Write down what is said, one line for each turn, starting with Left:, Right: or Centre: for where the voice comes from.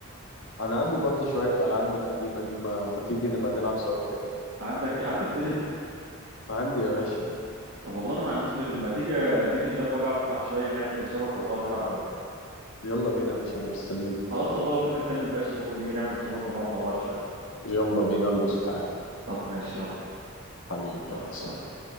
Left: انا عندي برضه شويه العاب من القديمه دي ما, ما تيجي نبقى نلعب سوا كده
Right: عندك عندك ميدل
Left: عندي يا باشا
Right: طب والله انا ما عنديش ميدل ما تيجي اجيب اللاب واجي اقعد معاك شويه نعمل شبكه ونقعد نلعب انا وانت
Left: يلا بينا يا باشا انا مستنيك
Right: خلاص والله لو كده نكلم بقى الشباب ونيجي نعمل شبكه ونقعد مع بعض شويه
Left: يلا بينا البس وتعالى
Right: طب ماشي يلا
Left: حبيبي يلا
Right: يلا سلام
Left: سلام